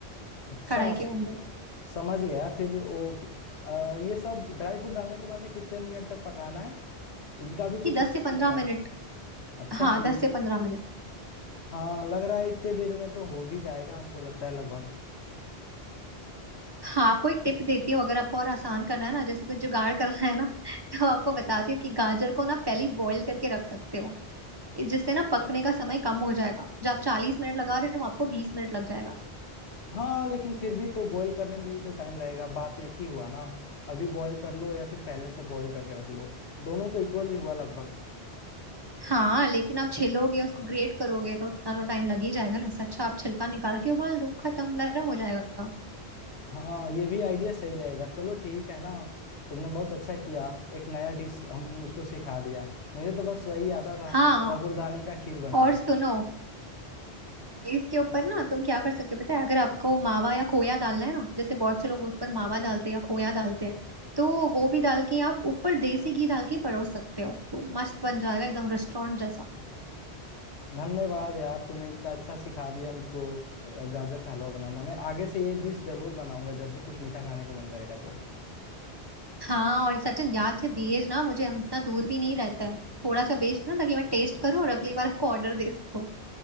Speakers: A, on the left (about 80°); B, on the right (about 25°).
A: अच्छा
B: कढ़ाई
A: स-
B: के अंदर
A: समझ गया फिर वो कि- अ, ये सब ड्राई फ्रूट डालने के बाद से कितने मिनट तक पकाना है इनका भी कुछ
B: कि दस
A: रेसिपी
B: से पंद्रह
A: बता
B: मिनट
A: दो अच्छा
B: हाँ
A: ठीक
B: दस से पंद्रह मिनट
A: हाँ लग रहा है इतने देर में तो हो भी जाएगा हमको लगता है लगभग
B: हाँ आपको एक टिप देती हूँ अगर आपको और आसान करना है ना जैसे कुछ जुगाड़ करना है ना <laughs> तो आपको बताती हूँ कि गाजर को ना पहले बॉईल करके रख सकते हो जिससे ना पकने का समय कम हो जाएगा जो आप चालीस मिनट लगा रहे हो आपको बीस मिनट लग जाएगा
A: हाँ लेकिन फिर भी तो बॉईल करने में भी तो टाइम लगेगा बात एक ही हुआ ना अभी बॉईल कर लो या फिर पहले से बॉईल करके रख लो दोनों तो इक्वल ही हुआ लगभग
B: हाँ लेकिन आप छिलोगे उसको ग्रेट करोगे तो उतना तो टाइम लग ही जाएगा ना इससे अच्छा आप छिलका निकाल के उबाल दो खत्म नरम हो जाएगा
A: हाँ ये भी आइडिया सही रहेगा चलो ठीक है ना तुमने बहुत अच्छा किया एक नया डिश हम मुझको सिखा दिया मुझे तो बस वही आता था
B: हाँ
A: साबूदाने का खीर बनाना
B: और सुनो इसके ऊपर ना तुम क्या कर सकते हो पता है अगर आपको मावा या खोया डालना है ना जैसे बहुत से लोग ऊपर मावा डालते हैं या खोया डालते हैं तो वो भी डाल के आप ऊपर देसी घी डाल के परोस सकते हो तो मस्त बन जाएगा एकदम रेस्टोरेंट जैसा
A: धन्यवाद यार तुमने इतना अच्छा सिखा दिया मुझको अ, गाजर का हलवा बनाना मैं आगे से ये डिश जरूर बनाऊंगा जब भी कुछ मीठा खाने का मन करेगा तो
B: हाँ और सचिन याद से भेज ना मुझे हम इतना दूर भी नहीं रहता है थोड़ा सा भेज ना ताकि मैं टेस्ट करूँ और अगली बार आपको ऑर्डर दे सकूँ